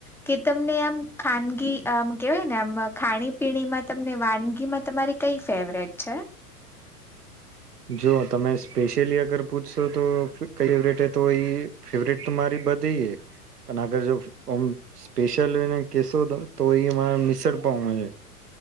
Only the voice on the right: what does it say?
જો તમે સ્પેશિયલી અગર પૂછશો તો કઈ ફેવરેટ હે તો એ ફેવરેટ તો મારી બધી હે, પણ આગર જો ઓમ સ્પેશિયલેને કેહેશો તો એ <unintelligible> મિસળપાવ હે,